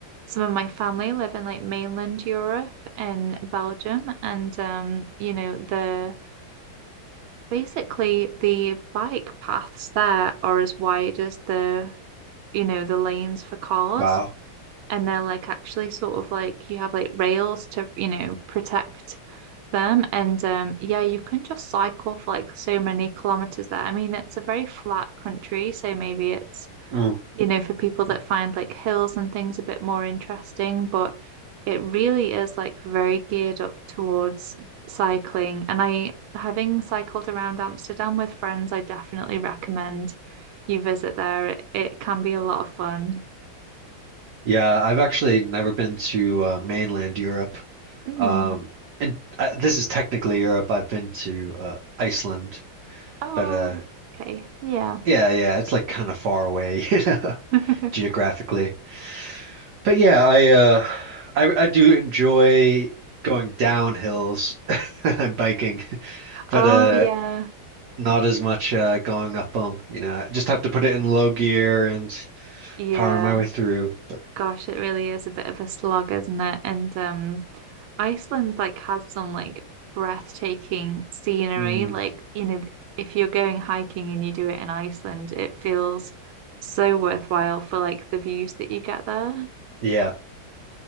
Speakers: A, on the right; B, on the right.
A: some of my family live in like mainland Europe in Belgium, and um, you know, the basically the bike paths there are as wide as the you know the lanes for cars,
B: Wow.
A: and they're like actually sort of like you have like rails to you know protect them, and um, yeah, you can just cycle for like so many kilometers there. I mean, it's a very flat country, so maybe it's
B: Mm.
A: you know, for people that find like hills and things a bit more interesting, but it really is like very geared up towards cycling. And I, having cycled around Amsterdam with friends, I definitely recommend you visit there. It, it can be a lot of fun.
B: Yeah, I've actually never been to uh mainland Europe.
A: Mm.
B: Um and uh, this is technically Europe. I've been to uh Iceland,
A: Oh,
B: but uh
A: okay. Yeah.
B: yeah, yeah, it's like kind of far away, <laughs> you know?
A: <laughs>
B: geographically. But yeah, I uh I I do enjoy going down hills <laughs> and biking, but
A: Oh,
B: uh
A: yeah.
B: not as much uh going up them, you know. I just have to put it in low gear and
A: Yeah.
B: power my way through. But
A: Gosh, it really is a bit of a slog, isn't it? And um, Iceland like has some like breathtaking scenery.
B: mm,
A: Like, you know, if you're going hiking and you do it in Iceland, it feels so worthwhile for like the views that you get there.
B: yeah.